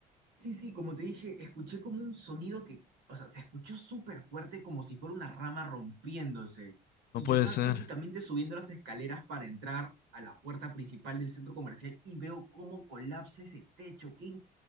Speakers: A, on the right; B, on the left.
A: sí, sí, como te dije, escuché como un sonido que, o sea, se escuchó súper fuerte como si fuera una rama rompiéndose. Y
B: No puede
A: yo estaba
B: ser.
A: prácticamente subiendo las escaleras para entrar a la puerta principal del centro comercial y veo cómo colapsa ese techo. que